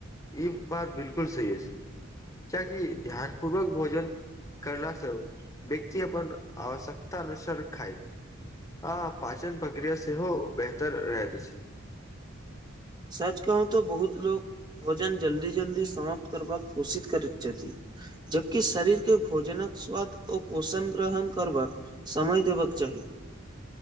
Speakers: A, on the left (about 15°); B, on the right (about 20°).
A: ई बात बिल्कुल सही अछी कीय की ध्यानपूर्वक भोजन करला स व्यक्त अपन आवश्यकता अनुसार खाय आ पाचन प्रक्रिया सेहो बेहतर रहैत अछी
B: सच कहू तऽ बहुत लोक भोजन जल्दी जल्दी समाप्त करबाक कोशिस करैत छथि जबकि शरीर केँ भोजनक स्वाद ओ पोषण ग्रहण करबाक समय देब कऽ चाही